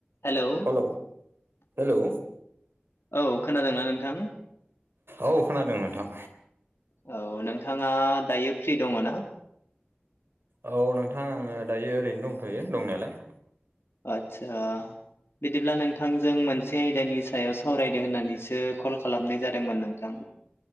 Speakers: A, on the left (about 70°); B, on the right (about 65°).
A: Hello
B: औ hello
A: औ खोनादोंना नोंथां?
B: औ खोनादों नोंथां।
A: औ नोंथाङा दायो फ्रि दङो ना?
B: औ नोंथां आङो दायो ओरैनो दंथ'यो दंनायालाय।
A: आदसा। बिदिब्ला नोंथांजों मोनसे आयदानि सायाव सावरायदो होननानैसो कल खालामनाय जादोंमोन नोंथां।